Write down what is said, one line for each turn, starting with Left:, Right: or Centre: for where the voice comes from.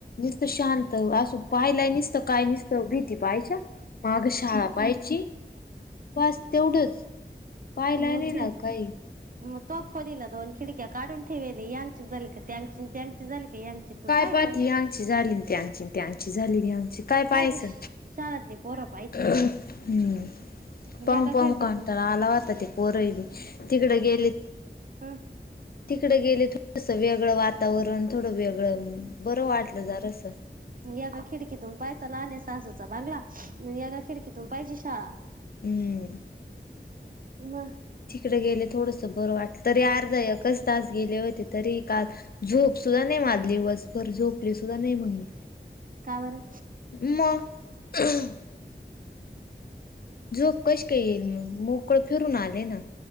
Left: नसत शांत असू पाहिला नसत. काय नसत भीती पाहायच्या माग शाळा पाहायची बस तेवढंच. पाहिलाय
Right: मख
Left: नाही ना काही
Right: मग तो खोलीला दोन खिडक्या काढून ठेवेली यांची झाली का त्यांची त्यांची झाली का यांची तू
Left: काय
Right: पाहायचं
Left: पातली हंगची झाली त्या हंगची त्या हंगची झाली हंगची काय
Right: पाहिजे
Left: पाहाचं
Right: शाळेतली पोरं पाहिजे
Left: हम् पंग
Right: एका
Left: पंग
Right: खिडकीतून
Left: काढताला आलावता ते पोरही बी तिकडे गेली.
Right: हा
Left: तिकडे गेले थोडस वेगळं वातावरण थोडं वेगळं बरं वाटलं ज असं.
Right: याका खिडकीतून पाहायचा लाहणे सासूचा बगला याका खिडकीतून पाहिजे शाळा
Left: हम्म
Right: म
Left: तिकडे गेले थोडस बरं वाटलं तरी अर्ध एकच तास गेले होते तरी काल झोप सुद्धा नाही माजली वसभर झोपली सुद्धा नाही मगली
Right: कावरर
Left: म झोप कशी काही येईल मग मोकळ फिरून आले ना